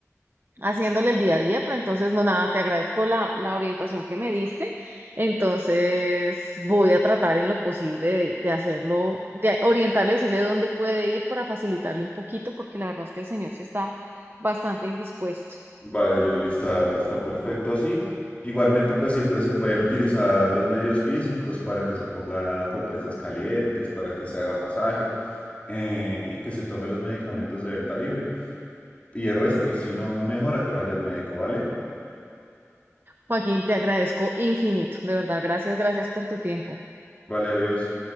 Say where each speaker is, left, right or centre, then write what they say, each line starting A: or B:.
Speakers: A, on the right; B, on the left.
A: haciéndole el día a día, pero entonces no nada, te agradezco la, la orientación que me diste. Entonces voy a tratar en lo posible de, de hacerlo, de orientarle, decirle dónde puede ir para facilitarle un poquito, porque la verdad es que el señor sí está bastante indispuesto.
B: Vale, Julie, está, está perfecto así. Igualmente, pues siempre se pueden utilizar los medios físicos para que se ponga compresas calientes, para que se haga masaje eh, y que se tome los medicamentos de venta libre. Y el resto, si no mejora, que vaya al médico, ¿vale?
A: Joaquín, te agradezco infinito, de verdad, gracias, gracias por tu tiempo.
B: Vale, adiós.